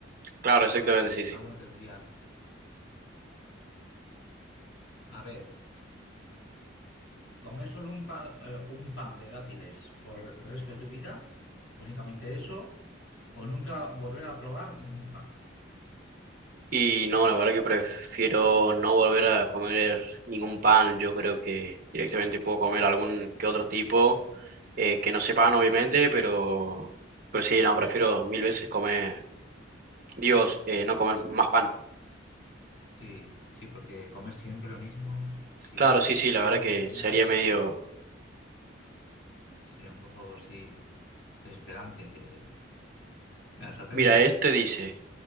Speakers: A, on the right (about 45°); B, on the left (about 75°).
A: Claro,
B: pero
A: exactamente,
B: algo-
A: sí, sí.
B: alguna tendría. A ver. Comer solo un pan, eh, un pan de dátiles por el resto de tu vida, únicamente eso, o nunca volver a probar ningún pan.
A: Y no, la verdad que prefiero no volver a comer ningún pan. Yo creo que directamente puedo comer algún que otro tipo, eh, que no sea pan, obviamente, pero, pero sí, no, prefiero mil veces comer, Dios, eh, no comer más pan.
B: Sí, sí, porque comer siempre lo mismo, siempre,
A: Claro, sí, sí,
B: todos
A: la verdad que
B: los días,
A: sería medio...
B: sí, un poco sí, desesperante, que me sorprende,
A: Mira,
B: me-
A: este dice,